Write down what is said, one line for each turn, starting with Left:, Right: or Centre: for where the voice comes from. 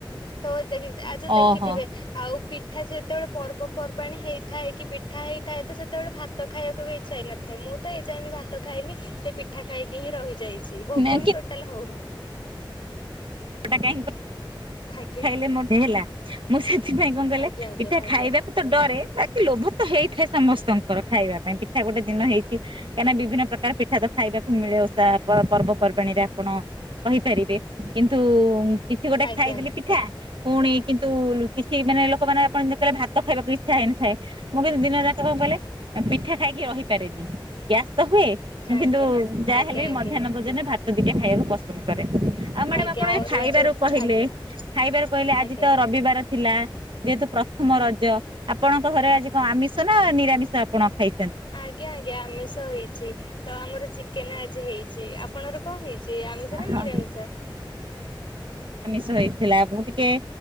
Left: ତ <unintelligible> ଆଉ ଯୋଉ ଦେଖିଥିବେ
Right: ଓହୋ।
Left: ଆଉ ପିଠା ଯେତେବେଳେ ପର୍ବପର୍ବାଣି ହେଇଥାଏ କି ପି ପିଠା ହେଇଥାଏ ତ ସେତେବେଳେ ଭାତ ଖାଇବାକୁ ବି ଇଚ୍ଛା ହେଇ ନଥାଏ ମୁଁ ତ ଏ ଯାଏ ବି ଭାତ ଖାଇନି ସେ ପିଠା ଖାଇକି ହିଁ ରହିଯାଇ ଭୋକ
Right: ନା
Left: ହ ଟୋଟାଲ ହଉନି
Right: ହେଟା କାହିଁ କି
Left: ଆଜ୍ଞା।
Right: ଖାଇଲେ ମୋ ହେଲା ମୁଁ ସେ ସେଥିପାଇଁ କଣ କଲେ
Left: ଆଜ୍ଞା ଆଜ୍ଞା
Right: ପିଠା
Left: ଆଜ୍ଞା।
Right: ଖାଇବାକୁ ତ ଡରେ ବାକି ଲୋଭ ତ ହେଇଥାଏ ସମସ୍ତଙ୍କର ଖାଇବା ପାଇଁ ସୋ ଗୋଟେ ଦିନ ହେଇଛି। କାହିଁକି ନା ବିଭିନ୍ନ ପ୍ରକାର ପିଠା ତ ଖାଇବାକୁ ମିଳେ ଓଷା ପର୍ବପର୍ବାଣି ରେ ଆପଣ କହିପାରିବେ କିନ୍ତୁ। କିଛି ଗୋଟେ
Left: ଆଜ୍ଞା
Right: ଖାଇଦଲେ ପି ପୁଣି କିନ୍ତୁ କିଛି ମାନେ ଲୋକମାନୋନ ଆପଣ କହିଲେ ଭା ତ ଖାଇବାକୁ ଇଚ୍ଛା ହେଇନଥାଏ ମୁଁ କିନ୍ତୁ ଦିନ ଯାକ <unintelligible> ପିଠା ଖାଇକି ରହିପାରେନି ଗ୍ୟାସ ତ ହୁଏ ମୁଁ
Left: ଆଜ୍ଞା
Right: କିନ୍ତୁ ଯାହାହଲେବି
Left: ଆଜ୍ଞା ଆଜ୍ଞା
Right: ମଧ୍ୟାହ୍ନ ଭୋଜନରେ ଭା ତ ଦୁଇଟା ଖାଇବାକୁ ପସନ୍ଦ କରେ। ଆଉ ମ୍ୟାଡାମ
Left: ଆଜ୍ଞା
Right: ଆପଣ ଏ
Left: ଅରୁଆ
Right: ଖାଇବାରୁ
Left: ଯେହେତୁ
Right: କହିଲେ
Left: ତ ଆଜ୍ଞା।
Right: ଖାଇବାର କହିଲେ ଆଜି
Left: ଆଜ୍ଞା।
Right: ତ ରବିବାର ଥିଲା ଯେହେତୁ ପ୍ରଥମ ରଜ ଆପଣଙ୍କ ଘରେ ଆଜି କଣ ଆମିଷ ନା ନିରାମିଷ ଆପଣ ଖାଇ
Left: ଆଜ୍ଞା ଆଜ୍ଞା ଆମିଷ ହେଇଚି। ତ ଆମର ଚିକେନ ଆଜି ହେଇଚି। ଆପଣଙ୍କର କଣ ହେଇଛି ଆମିଷ ନା
Right: ହଁ।
Left: ନିରାମିଷ?
Right: ଷ ହେଇଥିଲା ମୁଁ ଟିକେ